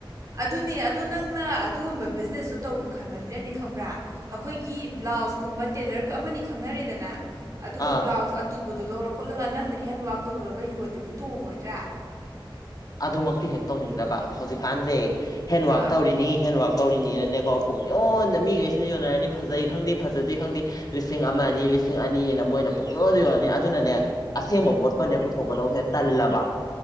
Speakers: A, on the right (about 40°); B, on the left (about 50°).
A: ꯑꯗꯨꯅꯦ ꯑꯗꯣ ꯅꯪꯅ ꯑꯗꯨꯒꯨꯝꯕ ꯕꯤꯖꯤꯅꯦꯁꯇ‌ꯣ ꯇꯧꯒꯦ ꯈꯟꯕꯅꯤꯅꯅꯦ ꯈꯪꯕ꯭ꯔꯥ ꯑꯩꯈꯣꯏꯒꯤ ꯕ꯭ꯂꯥꯎꯁꯀꯨꯝꯕ ꯇꯦꯂꯔꯀ ꯑꯃꯅꯤ ꯈꯪꯅꯔꯦꯗꯅ ꯑꯗꯨꯒ
B: ꯑꯥ
A: ꯕ꯭ꯂꯥꯎꯁ ꯑꯇꯨꯕꯗꯣ ꯂꯧꯔ ꯈꯣꯠꯂꯒ ꯅꯪꯅ ꯍꯦꯟꯋꯥꯛ ꯇꯧꯔꯒ ꯌꯣꯜꯂꯗꯤ ꯇꯣꯡꯉꯣꯏꯗ꯭ꯔꯦ
B: ꯑꯗꯨꯃꯛꯇꯤ ꯍꯦꯛ ꯇꯧꯅꯤꯡꯗꯕ ꯍꯧꯖꯤꯛꯀꯥꯟꯁꯦ ꯍꯦꯟꯋꯥꯛ
A: ꯑꯥ
B: ꯇꯧꯔꯤꯅꯤ ꯍꯦꯟꯋꯥꯛ ꯇꯧꯔꯤꯅꯦꯅꯅꯦ ꯀꯣ ꯄꯨꯡꯌꯣꯟꯗ ꯃꯤꯒꯩꯁꯤꯅ ꯌꯣꯟꯅꯔꯅꯤ ꯐꯖꯩ ꯈꯪꯗꯦ ꯐꯖꯗꯦ ꯈꯪꯗꯦ ꯂꯤꯁꯤꯡ ꯑꯃ ꯑꯅꯤ ꯂꯤꯁꯤꯡ ꯑꯅꯤꯅ ꯃꯣꯏꯅ ꯄꯨꯡꯌꯣꯟꯗ ꯌꯣꯟꯂꯅꯤ ꯑꯗꯨꯅꯅꯦ ꯑꯁꯦꯡꯕ
A: ꯎꯝ
B: ꯄꯣꯠꯀꯅꯦ ꯄꯨꯊꯣꯛꯀꯗꯧꯁꯦ ꯇꯜꯂꯕ